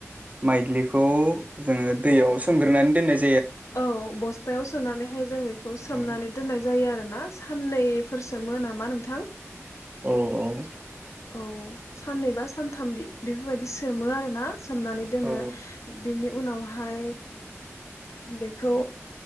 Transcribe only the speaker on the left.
औ बस्थायाव सोनानैहाय जों बेखौ सोमनानै
दोननाय जायो आरोन साननैफोरसोमो नामा नोंथां
औ साननैबा सानथाम बि बेफोरबायदि सोमो आरो ना सोमनानै दोनो
बिनि उनावहाय बेखौ